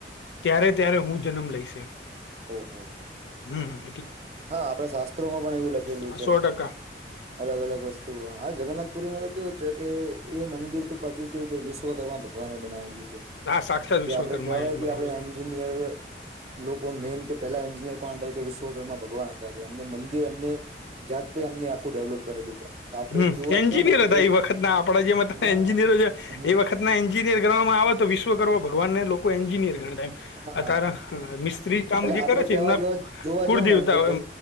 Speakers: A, on the left; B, on the right.
A: ત્યારે ત્યારે હું જન્મ લઈશ.
B: ઓહ હો.
A: હમ્મ.
B: હા આપણે શાસ્ત્રોમાં પણ એવું લખેલું
A: આ
B: છે.
A: સો ટકા
B: અલગ-અલગ વસ્તુ હા જગન્નાથપુરી માં તો કેવું છે કે એ મંદિર ત પાછું કેવું કે વિશ્વ કરર્મા ભ ભગવાને બનાવેલું છે
A: હા સાક્ષાત
B: જે
A: વિશ્વકર્મા
B: આપડે કહેવાય
A: એ
B: કે
A: બનેલો
B: આપ એ
A: છે
B: લોકો મેન કે પેલા એન્જિનિયર કોણ હતા વિશ્વકર્મા ભ ભગવાન હતા કે એમને મંદિર એમને જાતે અમને આખું ડેવલોપ કરેલું છે. આપડે
A: હમ
B: જોવા
A: એન્જિનિયર
B: જ જો ને તો
A: હતા
B: એક
A: એ વખત ના આપડા જે મ
B: હા
A: એન્જિનિયરો છે
B: હા
A: એ વખત ના એન્જિનિયર ગણવામાં આવે તો વિશ્વકર્મા ભગવાનને લોકો એન્જિનિયર ગણતા એમ.
B: હા
A: અ તારા મિસ્ત્રી
B: એટલે
A: કામ જે
B: આપડે
A: કરે છે
B: પેવા
A: એમના
B: જેવા જોવા
A: કુળદેવતા
B: જ ને કે